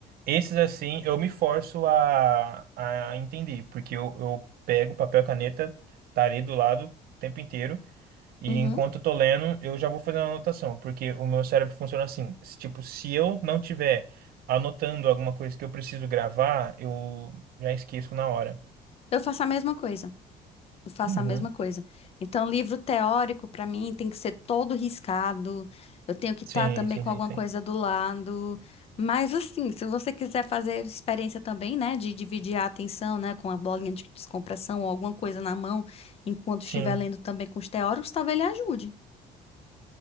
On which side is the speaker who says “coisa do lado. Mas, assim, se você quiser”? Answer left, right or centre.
Left